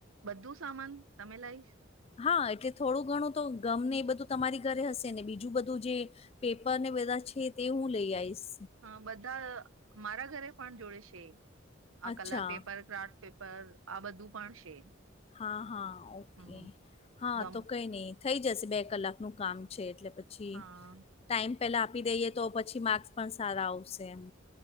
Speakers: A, on the right (about 85°); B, on the left (about 30°).
A: બધું સામાન તમે લાઈસ
B: હા એટલે થોડું ઘણું તો ગમને એ બધું તમારી ઘરે હશે ને બીજું બધું જે પેપર ને બધા છે, તે હું લઈ આઈશ.
A: હ બધા મારા ઘરે પણ જોડે છે, આ
B: અચ્છા
A: કલર પેપર, ક્રાફ્ટ પે પર આ બધું પણ છે.
B: હા હા ઓકે
A: હમ
B: હા
A: ગમ
B: તો કઈ નહી થઈ જશે બે કલાક નું કામ છે, એટલે પ છી
A: હા
B: ટાઈમ પેલા આપી દઈએ તો પછી માર્ક્સ પણ સારા આવશે એમ.